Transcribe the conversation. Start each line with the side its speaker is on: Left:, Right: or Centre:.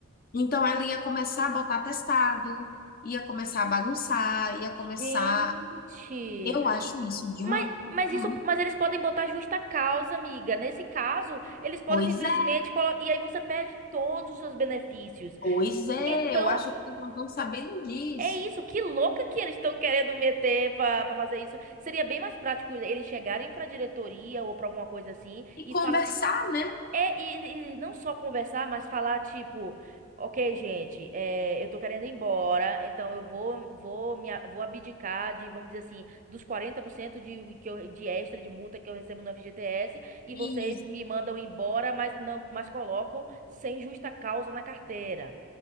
Left: Então ela ia começar a botar atestado, ia começar a bagunçar, ia começar,
Right: Gente,
Left: eu acho isso de
Right: mas,
Left: um
Right: mas isso,
Left: um
Right: mas eles podem botar justa causa, amiga. Nesse caso, eles podem
Left: Pois
Right: simplesmente
Left: é,
Right: colocar, e aí você perde todos os seus benefícios.
Left: pois é,
Right: Então,
Left: eu acho que eles não estão sabendo disso.
Right: É isso, que louca que eles estão querendo meter pra pra fazer isso. Seria bem mais prático eles chegarem pra diretoria ou pra alguma coisa assim
Left: E
Right: e
Left: conversar,
Right: falar.
Left: né?
Right: É, e, e não só conversar, mas falar tipo: Ok, gente, é, eu tô querendo ir embora, então eu vou, vou, me, a- vou abdicar de, vamos dizer assim, dos 40% de, que eu, de extra de multa que eu recebo no FGTS e
Left: E,
Right: vocês me mandam embora, mas, não, mas colocam sem justa causa na carteira.